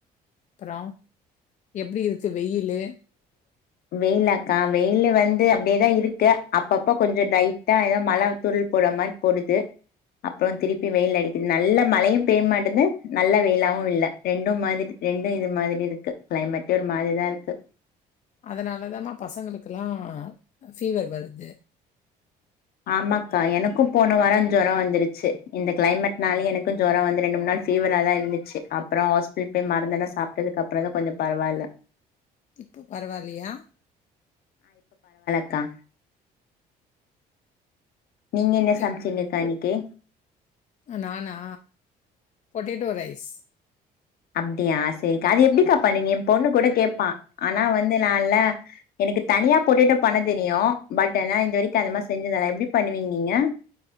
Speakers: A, on the left (about 45°); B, on the left (about 65°).
A: அப்புறோ எப்பிடி இருக் வெயிலு
B: வெயிலாக்கா வெயிலு வந்து அப்டியேதா இருக்கு அப்பப்ப கொஞ்சோ லைட்டா எதோ மழ துரல் போடுற மாரி போடுது அப்புறோ திருப்பி வெயில் அடிக்குது நல்ல மழையும் பெய்ய மாட்டேது நல்ல வெயிலாவும் இல்ல ரெண்டும் மாரி ரெண்டும் இது மாதிரி இருக்கு கிளைமேட்டு ஒரு மாதிரி இரு ல்லாருக்கு
A: அதனாலதாம பசங்களுக்கெல்லா ஃபீவர் வருது
B: ஆமாக்கா எனக்கு போன வாரோ ஜொரம் வந்துருச்சு இந்த கிளைமேட்னாலயு எனக்கு ஜொரம் வந்து ரெண்டு மூணு நாள் ஃபீவரா தா இருந்துச்சு அப்புறோ ஹாஸ்பிடல் போய் மருதெல்லா கொஞ்சோ சாப்பிட்துக்கு அப்பறோ தா கொஞ்ச பரவால்ல
A: இப்போ பரவால்லயா
B: க்கா நீங்க என்ன சமச்சிங்க்கா
A: எப்
B: இன் க்கி
A: நானா பொட்டேட்டோ ரைஸ்
B: அப்டியா செரிக்கா அது எப்டிக்கா பண்ணுவீங்க ஏ பொண்ணு கூட கேட்பா ஆனா வந்து நான்ல்ல எனக்கு தனியா போட்டேடோ பண்ண தெரியு பட் ஏனா இது வரைக்கு அது மாதிரி செஞ்சதல்ல எப்டி பண்ணுவீங்க நீங்க